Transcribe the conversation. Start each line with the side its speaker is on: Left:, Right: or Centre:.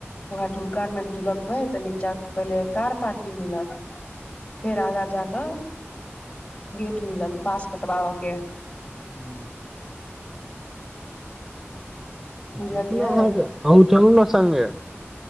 Left: उहे ढुलकानमे ढुलकबै त नीचां पहिले कार पार्किंग मिलत फेर आगाँ जाक गेट मिलत पास कटबाबके।
Centre: हू
Left: बुझलियै
Centre: <unintelligible> अँहुं चलूने सङ्गे